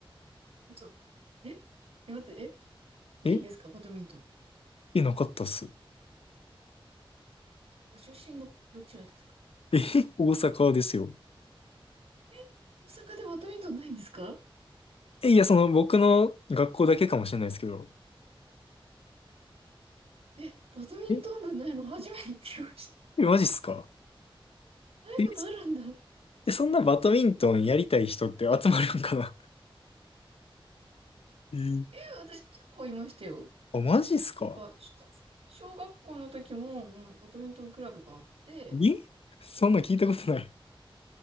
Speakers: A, on the right (about 85°); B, on the left (about 80°).
A: 嘘。ええ待って、えないんですかバドミントン。
B: ええ、なかったっす。
A: ご出身のどちらですか
B: え、<laughs> 大阪ですよ。
A: え大阪でバドミントンないんですか
B: え、いや、その僕の学校だけかもしれないですけど。
A: ええ、バドミントン部ないの初めて聞きました。
B: え、えマジっすか
A: ないことあるんだ。
B: え、えそんなバドミントンやりたい人って集まるんかなえー
A: え、私結構いましたよ。
B: あ、マジっすか
A: なんか、小、小学校の時も、もうバドミントンクラブがあって、
B: えそんな聞いたことない。